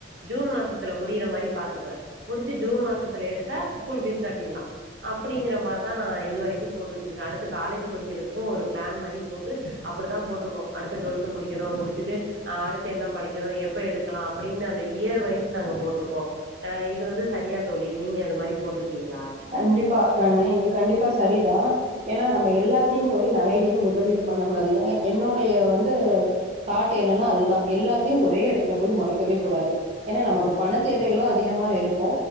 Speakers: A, on the right; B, on the right.
A: ஜுன் மாசத்துல முடியிர மாரி பாத்துக்குவே முடு ச்சு ஜுன் மாசத்துல எடுத்தா ஸ்கூல் ஃபீஸ் கட்டீற்லா அப்டிங்கிற மாரிதா நா இது வரைக்கு போட்டு வச்சுருக்கே அடுத்து காலேஜு படிக்கிறதுக்கு ஒரு பிளான் மாரி போட்டு அப்டிதா போட்ருக்கோ அடுத்து டுவல்த் முடிக்கணு முடுச்சட்டு அ அடுத்து என்ன படிக்கணு எப்ப எடுக்கலா அப்டின்னு அந்த இயர் வைஸ் நாங்க போட்ருக்கோ அ இது வந்து சரியா தோழி நீங்க அது மாரி போட்டிருக்கீங்ளா
B: கண்டிப்பா எல்லாமே இது கண்டிப்பா சரிதா ஏன்னா நம்ம எல்லாத்தையு போயி நகையிலயையு முதலீட்டு பண்ண கூடாது ஏ என்னுடைய வந்து தாட் என்னன்னா அதுதா எல்லாத்தையு ஒரே எடத்துல போய் மொடக்கவே கூடாது ஏன்னா நமக்கு
A: ம்
B: பண தேவைகளு அதி அதிகமா இருக்கு